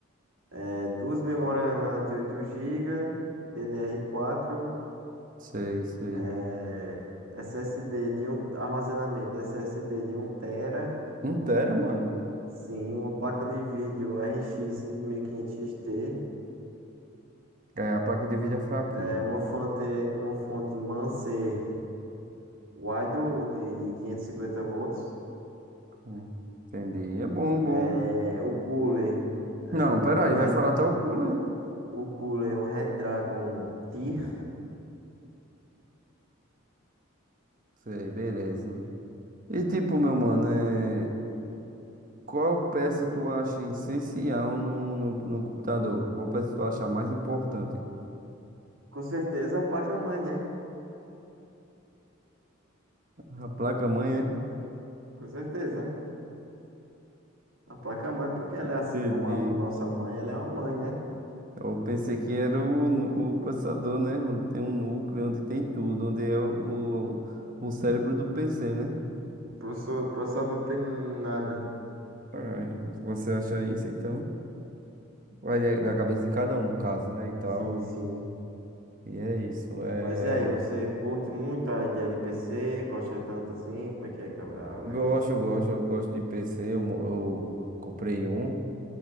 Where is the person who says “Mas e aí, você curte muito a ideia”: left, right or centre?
Right